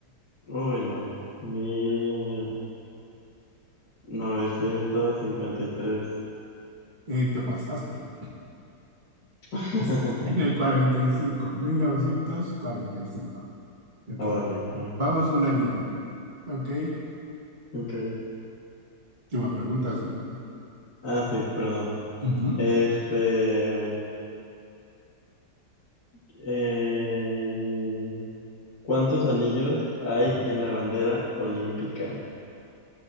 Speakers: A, on the left; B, on the right.
A: Uy, no. mil novecientos cincuenta y tres.
B: Eh, te pasaste,
A: <laughs>
B: <laughs> en el cuarenta cuarenta y cinco, mil novecientos cuarenta y cinco. Ok,
A: Ah, vale. no.
B: vamos una y una. Ok,
A: Ok.
B: tú me preguntas, ¿no?
A: Ah, sí, perdón.
B: Ujú,
A: Este, em, ¿cuántos anillos hay
B: ujú.
A: en la bandera olímpica?